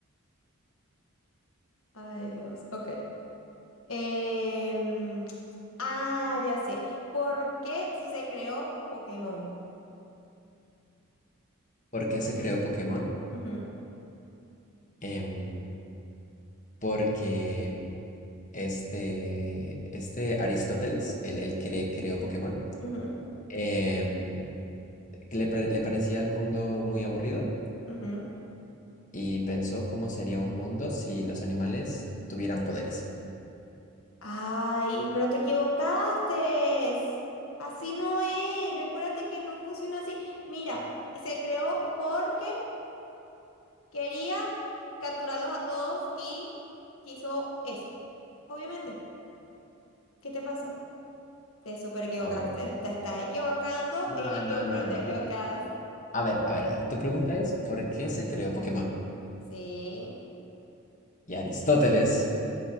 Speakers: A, on the left; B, on the left.
A: Ay, Dios. Ok. Em, ah, ya sé. ¿Por qué se creó Pokémon?
B: ¿Por qué se creó Pokémon?
A: Ujú,
B: Em, porque mm, este, este Aristóteles, el, el que creó Pokémon,
A: ujú,
B: em, que le, pare- le parecía al mundo muy aburrido
A: ujú.
B: y pensó cómo sería un mundo si los animales tuvieran poderes.
A: Ay, pero te equivocaste. Así no es. Recuérdate que no funciona así. Mira, se creó porque quería capturarlos a todos y quiso eso. Obviamente. ¿Qué te pasa? Te super equivocaste.
B: No,
A: Te estás equivocando
B: no,
A: en equivo-
B: no, no,
A: pero te
B: no,
A: equivocadas.
B: no. A ver, a ver, a ver. Tu pregunta es, ¿por qué se creó Pokémon?
A: Sí.
B: Y Aristóteles.